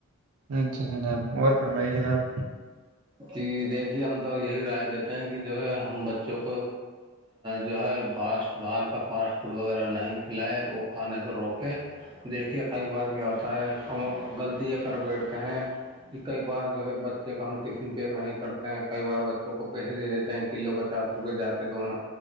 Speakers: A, on the right; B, on the right.
A: اچھا جناب اور فرمائی جناب
B: کہ دیکھیے ہم تو یہی رائے دیتے ہیں کہ جو ہے ہم بچوں کو جو ہے فاسٹ باہر کا فاسٹ فوڈ وغیرہ نہیں کھلائے وہ کھانے سے روکے دیکھیے کئی بار کیا ہوتا ہے ہم غلطییاں کر بیٹھتے ہیں کہ کئی بار جو ہے بچے کا ہم ٹفن پیک نہیں کرتے ہیں کئی بار بچوں کو پیسے دے دیتے ہیں کلو پچاس روپئے جاتے دونوں